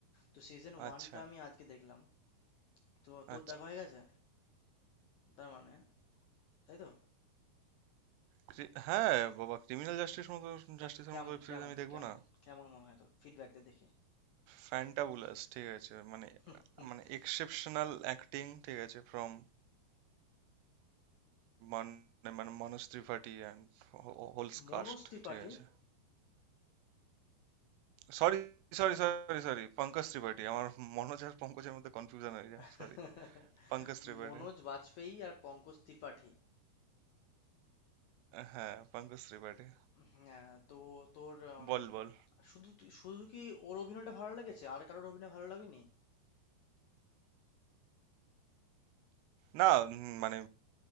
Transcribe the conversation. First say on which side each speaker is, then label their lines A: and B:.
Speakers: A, on the left; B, on the right.
A: তো সিজন ওয়ানটা
B: আচ্ছা
A: আমি আজকে দেখলাম তো তোর
B: আচ্ছা
A: দেখা হয়ে গেছে তার মানে তাই তো
B: ক্রি- হ্যাঁ বাবা ক্রিমিনাল জাস্টিস মতো জাস্টিসের
A: কেমন
B: মতো ওয়েব সিরিজ
A: কেমন
B: আমি দেখবো
A: কেমন
B: না
A: কেমন মনে হয় তোর ফিডব্যাক দে দেখি
B: ফ্যান্টাবুলাস ঠিক আছে মানে
A: হুম
B: মানে এক্সেপশনাল অ্যাক্টিং ঠিক আছে ফ্রম মানে Manoj Tripathi and whole
A: মনোজ
B: cast
A: ত্রিপাঠী
B: ঠিক আছে Sorry sorry sorry sorry Pankaj Tripathi আমার মনোজ আর পঙ্কজের মধ্যে কনফিউশন হয়ে যায়
A: <laughs>
B: সরি পঙ্কজ ত্রিপাঠী
A: মনোজ বাজপেয়ী আর পঙ্কজ ত্রিপাঠী
B: হ্যাঁ পঙ্কজ ত্রিপাঠী
A: হ্যাঁ তো তোর উম,
B: বল বল
A: শুধু তুই- শুধু কি ওর অভিনয়টা ভালো লেগেছে আর কারোর অভিনয় ভালো লাগেনি
B: না উম, মানে